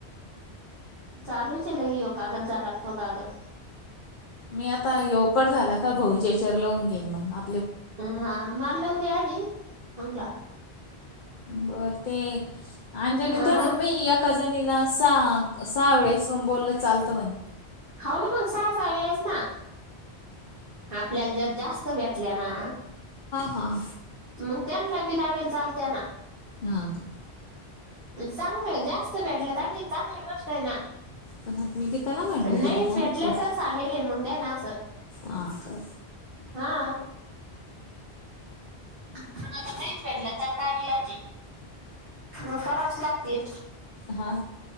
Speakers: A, on the right; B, on the left.
A: चालूचं लय हयो कागद जाया लागतो कागद
B: मी आता यवकट झाला का भाऊजेचेर लवून घेईन मग आ.
A: ह माललं उद्या यादी नऊला
B: बर ते अंजलीन
A: अ
B: ते म्हन बाई एका जनीला चा सहा वेळेस पण बोललं चालतं म्हणे.
A: हाऊ ना मग सा सायेस ना. आपल्याला जर जास्त भेटल्या ना.
B: हा.
A: मग त्यांनला बी लावेल चाल त्यांना
B: ह का?
A: चांगलं जास्त भेटलं आणखीन चांगली गोष्ट आहे ना.
B: पण आता मी गीताला मांडली
A: नाहीच
B: गीता चांगली
A: भेटल्या
B: वाटते.
A: तर सांगेल मग द्या ना असं
B: हा का?
A: हा. मला आता नाहीच भेटलं त्याला काय विलाज हे म करावाच लागतील.
B: हा.